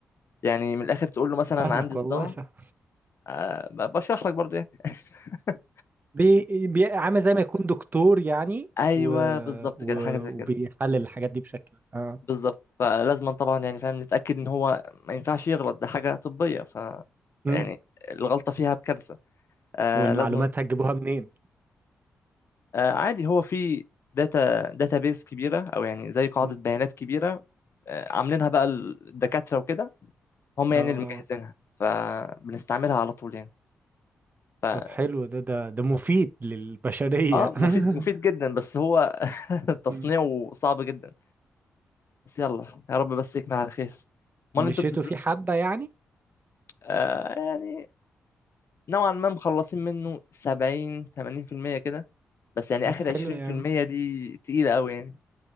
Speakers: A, on the left; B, on the right.
A: يعني من الاخر تقول له مثلا
B: فاهمك
A: عندي صداع
B: والله فاهم
A: آه ب- بشرح لك برضو يعني <laughs>
B: بي... بي... عامل زي ما يكون دكتور يعني
A: ايوه
B: و...
A: بالظبط
B: و...
A: كده حاجة زي
B: وبيحلل
A: كده
B: الحاجات دي بشكل اه
A: بالظبط فلازما طبعا يعني فاهم نتأكد ان هو ما ينفعش يغلط ده حاجة طبية ف
B: مم.
A: يعني الغلطة فيها بكارثة آه
B: والمعلومات
A: لازما
B: هتجيبوها منين
A: آه عادي هو في داتا داتا بيز كبيرة او يعني زي قاعدة
B: مم.
A: بيانات كبيرة آه عاملينها بقى الدكاترة وكده هم
B: اه
A: يعني
B: آه.
A: اللي مجهزينها فبنستعملها على طول يعني ف
B: طب حلو ده ده ده مفيد للبشرية
A: اه مفيد مفيد
B: <laughs>
A: جدا بس هو <laughs> تصنيعه
B: مم.
A: صعب جدا بس يلا يا رب بس يكمل على خير امال
B: مشيتوا
A: انتوا بتدرسوا
B: فيه حبة يعني
A: آه يعني نوعا ما مخلصين منه 70 80% كده بس يعني
B: طب
A: اخر
B: حلو
A: 20%
B: يعني
A: دي تقيلة قوي يعني